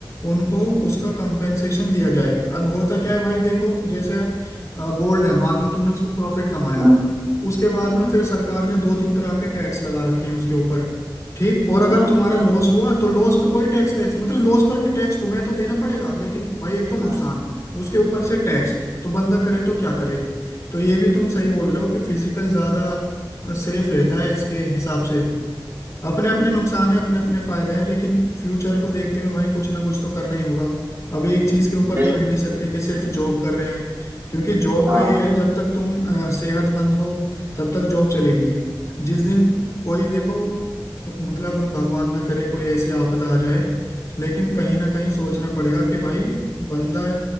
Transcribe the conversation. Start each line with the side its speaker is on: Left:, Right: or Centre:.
Left: उनको उसका कंपेंसेशन दिया जाए अब होता क्या है भाई देखो जैसे गोल्ड है मान लो तुमने उस पर प्रॉफिट कमाया
Right: हम्म,
Left: उसके बाद
Right: हम्म,
Left: में फिर सरकार ने दो तीन तरह के टैक्स लगा रखे हैं उसके ऊपर ठीक और अगर
Right: हम्म,
Left: तुम्हारा लॉस हुआ तो लॉस पे कोई टैक्स वैक्स मतलब लॉस पर भी टैक्स तुम्हें तो देना पड़ेगा लेकिन भाई एक तो नुकसान
Right: हम्म,
Left: उसके ऊपर से टैक्स तो बंदा करे तो
Right: हम्म,
Left: क्या करे तो ये भी तुम सही बोल रहे हो कि फिजिकल ज्यादा सेफ रहता है इसके हिसाब से अपने अपने नुकसान है अपने अपने फायदे हैं लेकिन फ्यूचर को देखते हुए भाई कुछ ना कुछ तो करना ही होगा अब एक चीज के ऊपर
Right: बैठ-
Left: तो रह नहीं सकते कि सिर्फ जॉब कर रहे हैं क्योंकि जॉब
Right: हाँ
Left: का ये
Right: हाँ
Left: है जब तक तुम अ, सेहतमंद हो तब तक जॉब चलेगी जिस दिन कोई देखो खु- मतलब भगवान ना करे कोई ऐसी आपदा आ जाए लेकिन कहीं ना कहीं सोचना पड़ेगा कि भाई बंदा